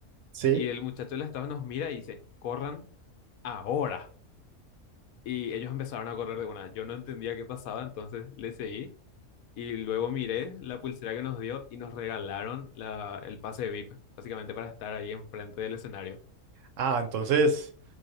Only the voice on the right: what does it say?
sí.
Ah, entonces